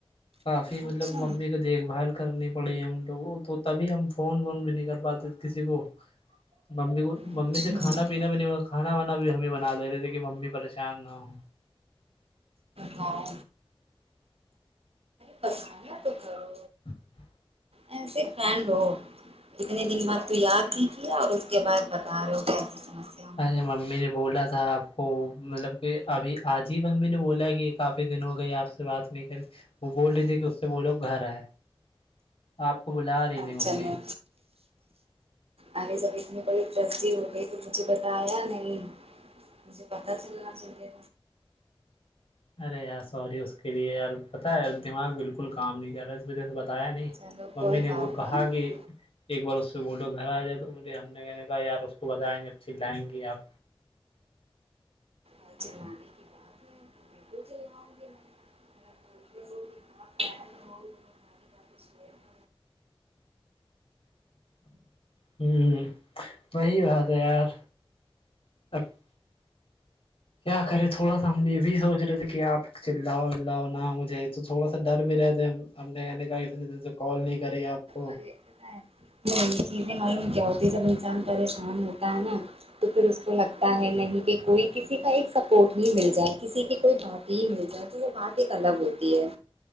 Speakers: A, on the left (about 65°); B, on the right (about 85°).
A: کافی مطلب
B: اچھا
A: ممی کی دیکھ بھال کرنی پڑی ہم لوگ کو تو تبھی ہم فون وون بھی نہیں کر پاتے کسی کو ممی کو ممی
B: اچھا
A: سے کھانا پینا بھی نہیں کھانا کانا وانا بھی ہمیں بناے رہے تھے کہ مممی پریشان نہ ہ
B: باؤ پس تو کرو
A: <inaudible>
B: ایسے فنڈ ہو اتنے دن بعد تو یاد دیجیے اور اس کے بعد بتا رہو ہو سمسیا ہم
A: ارے
B: کو
A: ممی نے بولا تھا آپ کو مطلب کہ ابھی آج ہی ممی نے بولا کہ کافی دن ہو گئے آپ بات نہیں کری وہ بول رہی تھی کہ اس سے بولو گھر آئے آپ کو بلا رہ نہیں
B: چلو
A: ممی
B: ارے جب اتنی بڑی تبزی ہو گئی تو مجھے بتایا نہیں مجھے پتا چلنا چاہیے
A: ارے یار سوری اس کے لیے یار پتہ ہے دماغ بالکل کام نہیں کر رہا بتایا نہیں
B: چلو
A: ممی
B: کوئی
A: نے
B: بات
A: وہ کہا
B: نہیں
A: کہ ایک بار اس سے بولو گھر آ جائے تو بولے ہم نے کہنے کہا یار اس کو بتائیں گے اچھیز لائیں گی آپ
B: اور چلانے کی بات <unintelligible> <unintelligible> کے سوئے ہو۔
A: ہوں وہی بات ہے یار اب کیا کرے تھوڑا سا ہم یہ بھی سوچ رہے تھے کہ آپ چلاؤ بلاؤ نہ مجھے تو تھوڑا سا ڈر بھی رہتےے ہم ہم نے کہا کت دن سے کال نہیں کری آپ کو
B: نہیں یہ چیزیں ملوم کیا ہوتی جب انسان پریشان ہوتا ہے نا تو پھر اس کو لگتا ہے نہیں کہ کوئی کسی کا ایک سپورٹ نہیں مل جائے کسی کی کوئی بات یہ مل جائے تو وہ بات ایک الگ ہوتی ہے